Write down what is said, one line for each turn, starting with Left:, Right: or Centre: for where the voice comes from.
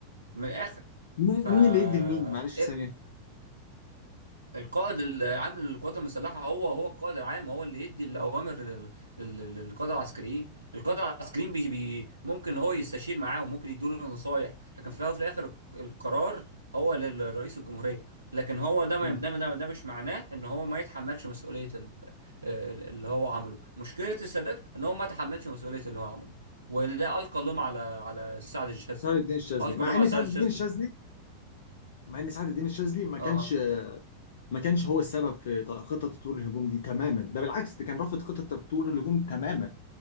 Right: من الاخر
Left: مين
Right: ف
Left: مين اللي يدي لمين معلش
Right: إيه؟
Left: ثانية
Right: القائد العام للقوات المسلحه هو هو القائد العام هو اللي يدي الاوامر لل- لل- للقاده العسكريين القاده العسكريين بي بي ممكن هو يستشير معاهم ممكن يدوا له نصايح لكن في الاول وفي الاخر القرار هو لرئيس الجمهوريه لكن هو ده ما
Left: مم.
Right: ده ده ده مش معناه ان هو ما يتحملش مسؤوليه ال- آه، ال- اللي هو عمله مشكله السادات ان هو ما تحملش مسؤوليه اللي هو عمله ولا القى اللوم على على سعد الشاذلي
Left: سعد الدين الشاذلي
Right: القى
Left: مع
Right: اللوم
Left: ان
Right: على سعد
Left: سعد
Right: الشاذلي
Left: الدين الشاذلي مع ان سعد الدين الشاذلي ما كانش
Right: اه
Left: ما كانش هو السبب في ط- خطه تطوير الهجوم دي تماما ده بالعكس ده كان رافض خطه تطوير الهجوم تماما